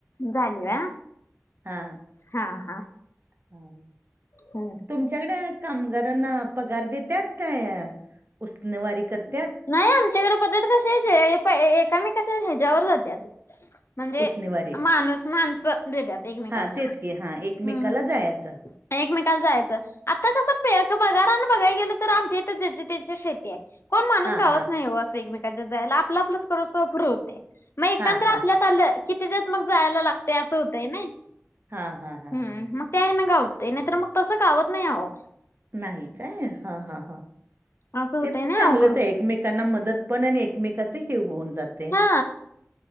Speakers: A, on the left (about 55°); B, on the right (about 45°).
A: झाली व्या.
B: हा हा!
A: हा हा!
B: चालेल.
A: हू!
B: तुमच्याकडे कामगारांना पगार देत्यात काय, उसंणवारी करत्यांत.
A: नाही आमच्याकडे पद्धत कसिच हे प एका मेकांच्या ह्याच्यायावर जात्यात. म्हणजे
B: उसनवारी
A: माणूस माणसं देत्यांत एकमेकाच
B: हा तेच
A: हू
B: की हा एकमेकाला
A: हू.
B: जायचं
A: एकमेकाल जायाचं. आता कसं पे पगारानं बघाय गेलं तर आमच्या इथं ज्याची त्याची शेती आहे कोण
B: हा
A: जावच
B: हा
A: नाही ओ असे एकमेकांच्या जायाला आपलं आपलंच करुस्तोवर फुरंं होतंय मग एकंदर
B: हा हा
A: आपल्यात तलं कितीच्यात मग जायला लागतंय असं होतंय नाई
B: हा हा हा
A: हं
B: हा
A: मग त्या हेन गावतयं नाहीतर मग तसं गावत नाही आहो.
B: नाही काय हा हा हा.
A: असं होतंय
B: ते पण
A: ना
B: चांगलंच
A: अवघड होतंय.
B: आहे एकमेकांना मदत पण आणि एकमेकाच हे होऊन जा ते,
A: हा